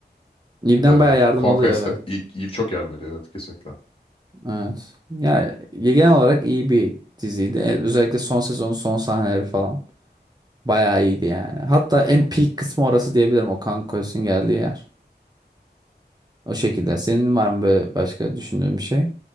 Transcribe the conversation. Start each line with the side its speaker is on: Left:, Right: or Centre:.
Right: İbden
Left: e,
Right: bayağı yardım
Left: Conquest'ı.
Right: alıyor evet.
Left: Eve, Eve çok yardım ediyor evet kesinlikle.
Right: Evet. Ya genel olarak iyi bir diziydi. E, Özellikle son sezonun son sahneleri falan. Bayağı iyiydi yani. Hatta en peak kısmı orası diyebilirim o kan koyusun geldiği yer. O şekilde. Senin var mı böyle başka düşündüğün bir şey?